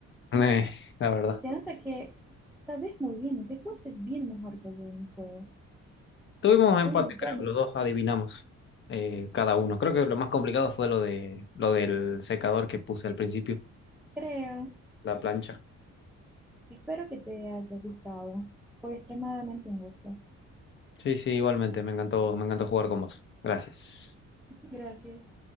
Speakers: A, on the left; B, in the centre.
A: Eh, la
B: <laughs>
A: verdad.
B: Se nota que sabes muy bien, te fuiste bien mejor que yo en el juego.
A: Tuvimos
B: Son
A: empate,
B: muy
A: creo,
B: buenos.
A: los dos adivinamos eh, cada uno. Creo que lo más complicado fue lo de lo del secador que puse al principio,
B: Creo.
A: la plancha.
B: Espero que te haya gustado. Fue extremadamente un gusto.
A: Sí, sí, igualmente, me encantó, me encantó jugar con vos. Gracias.
B: Gracias.